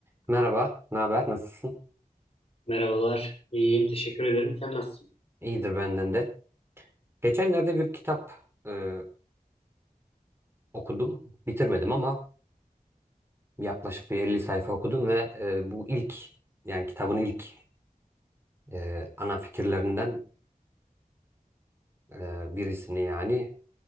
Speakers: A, on the right; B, on the left.
A: Merhaba, ne haber? Nasılsın?
B: Merhabalar. İyiyim. Teşekkür ederim. Sen nasılsın?
A: İyidir benden de. Geçenlerde bir kitap e, okudum. Bitirmedim ama yaklaşık bir 50 sayfa okudum ve e, bu ilk yani kitabın ilk e, ana fikirlerinden e, birisini yani